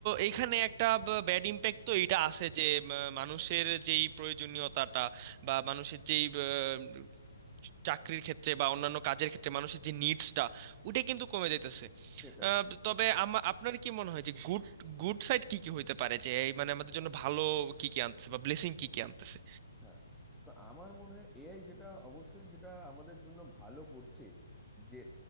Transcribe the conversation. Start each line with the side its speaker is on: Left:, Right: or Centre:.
Right: এইখানে একটা ব্যাড ইম্প্যাক্ট তো এটা আছে যে উম, মানুষের যেই প্রয়োজনীয়তাটা বা মানুষের যেই উম, চাকরির ক্ষেত্রে বা অন্যান্য কাজের ক্ষেত্রে মানুষের যে নিডসটা ওটা কিন্তু কমে যাইতেছে
Centre: সেটাই
Right: আহ,
Centre: সেটাই
Right: তবে আমার আপনার কি মনে হয় যে গুড গুড সাইড কি কি হইতে পারে যে এই মানে আমাদের জন্য ভালো কি কি আনতেছে বা ব্লেসিং কি কি আনতেছে
Centre: হ্যাঁ তো আমার মনে হয় এআই যেটা অবশ্যই যেটা আমাদের জন্য ভালো করছে যে